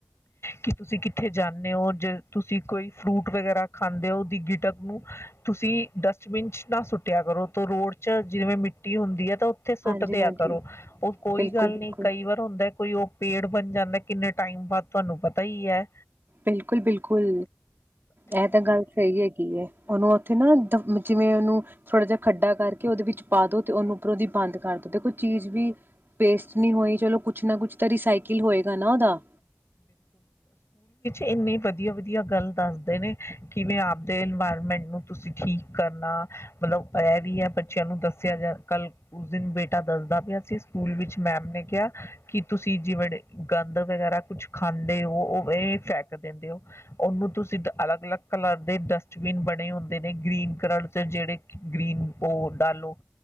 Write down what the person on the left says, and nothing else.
ਕਿ, ਤੁਸੀਂ ਕਿੱਥੇ ਜਾਂਨੇ ਹੋ ਜੇ ਤੁਸੀਂ ਕੋਈ ਫਰੂਟ ਵਗੈਰਾ ਖਾਂਦੇ ਹੋ, ਉਹਦੀ ਗਿਟਕ ਨੂੰ ਤੁਸੀਂ ਡਸਟਬਿਨ ਚ ਨਾ ਸੁੱਟਿਆ ਕਰੋ ਤੋ ਰੋਡ ਚ, ਜਿਵੇਂ ਮਿੱਟੀ ਹੁੰਦੀ ਹੈ ਤਾਂ ਉੱਥੇ ਸੁੱਟ
ਦਿਆ
ਕਰੋ, ਉਹ ਕੋਈ
ਗੱਲ
ਨੀ ਕਈ ਵਾਰ ਹੁੰਦਾ ਕੋਈ ਉਹ ਪੇੜ ਬਨ ਜਾਂਦਾ, ਕਿੰਨੇ ਟਾਈਮ ਬਾਅਦ ਤੁਹਾਨੂੰ ਪਤਾ ਹੀ ਆ।
ਇੰਨੀ ਵਧੀਆ ਵਧੀਆ ਗੱਲ ਦੱਸਦੇ ਨੇ, ਕਿਵੇਂ ਆਪਦੇ ਇਨਵਾਇਰਮੈਂਟ ਨੂੰ ਤੁਸੀਂ ਠੀਕ ਕਰਨਾ, ਮਤਲਬ ਇਹ ਵੀ ਹੈ, ਬੱਚਿਆਂ ਨੂੰ ਦੱਸਿਆ ਜਾ ਕੱਲ ਉਸ ਦਿਨ ਬੇਟਾ ਦੱਸਦਾ ਪਿਆ ਸੀ ਸਕੂਲ ਵਿੱਚ ਮੈਮ ਨੇ ਕਿਹਾ ਕਿ ਤੁਸੀਂ, ਜਿਵੇਂ ਗੰਦ ਵਗੈਰਾ ਕੁਛ ਖਾਂਦੇ ਹੋ, ਉਹਵੇ ਫੈਕ ਦਿੰਦੇ ਹੋ ਉਹਨੂੰ ਤੁਸੀਂ ਅਲੱਗ ਅਲੱਗ ਕਲਰ ਦੇ ਡਸਟਬਿਨ ਬਣੇ ਹੁੰਦੇ ਨੇ, ਗ੍ਰੀਨ ਕਲਰ ਜਿਹੜੇ ਗ੍ਰੀਨ ਉਹ ਡਾਲੋ,